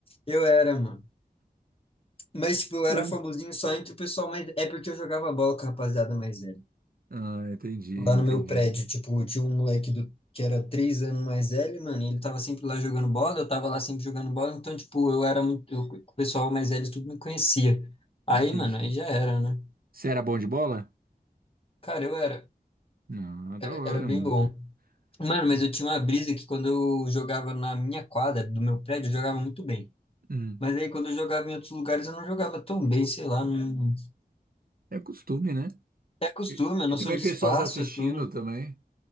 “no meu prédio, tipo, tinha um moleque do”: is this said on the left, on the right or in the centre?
Left